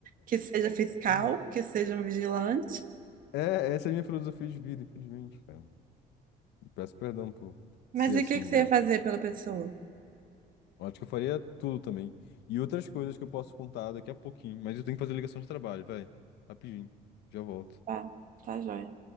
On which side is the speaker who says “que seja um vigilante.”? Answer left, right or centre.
Right